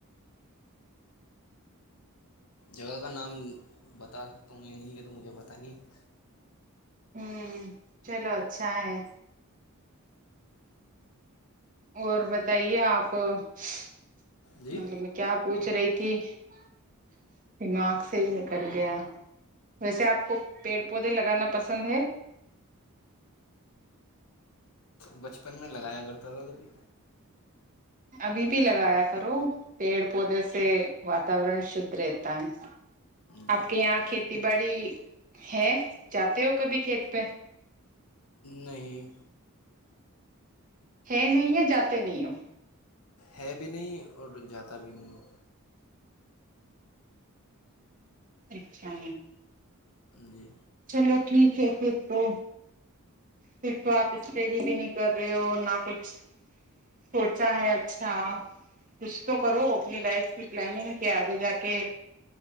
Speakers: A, on the left; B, on the right.
A: جگہ کا نام بتا سکتا ہوں یہ نہیں ہے تو مجھے بتا <unintelligible>
B: ہوں چلو اچھا ہے اور بتائیے آپ مطلب
A: جی
B: میں کیا پوچھ رہی تھی کہ دماغ سے ہی نکل گیا ویسے آپ کو پیڑ پودے لگانا پسند ہے
A: بچپن میں لگایا کرتا تھا کبھی
B: ابھی بھی لگایا کرو پیڑ پودے سے واتورن شھ رہتا ہے
A: جی
B: آپ کے یہاں کھیتی کھیتی باڑی ہے جاتے ہو کبھی کھیت پہ
A: نہیں
B: ہے نہیں ہے جاتے نہیںوں
A: ہے بھی نہیں اور جاتا بھی نہیں
B: اچھا
A: جی
B: چلو ٹھیک ہے پھر تو پھر تو آپ اسٹڈی بھی نہیں کر رہے ہو نہ کچھ <unintelligible> سوچا ہے اچھا کچھ تو کرو اپنی لائف کی پلاننگ کے آگے جا کے